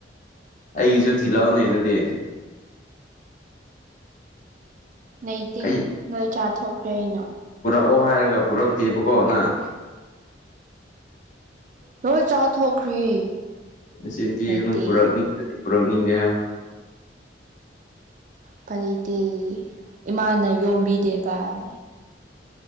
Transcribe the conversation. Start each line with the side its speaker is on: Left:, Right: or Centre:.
Left: ꯑꯩꯒꯤꯁꯨ ꯊꯤꯜꯂꯑꯣꯅꯦ ꯑꯗꯨꯗꯤ
Right: ꯂꯩꯇꯦ
Left: ꯑꯩ
Right: ꯅꯣꯏ ꯆꯥꯊꯣꯛꯈ꯭ꯔꯦ ꯑꯩꯅ
Left: ꯑꯣꯧ ꯍꯥꯏꯔꯒ ꯄꯨꯔꯛꯇꯦꯕꯀꯣ ꯅꯪ
Right: ꯅꯣꯏ ꯆꯥꯊꯣꯛꯈ꯭ꯔꯦ
Left: ꯆꯤꯟꯊꯤ
Right: ꯂꯩꯇꯦ
Left: ꯄꯨꯔꯛꯅꯤꯡꯗ꯭ꯔꯗꯤ ꯄꯨꯔꯛꯅꯤꯡꯗꯦ
Right: ꯐꯔꯗꯤꯦ ꯏꯃꯥꯅ ꯌꯣꯝꯕꯤꯗꯦ ꯚꯥꯏ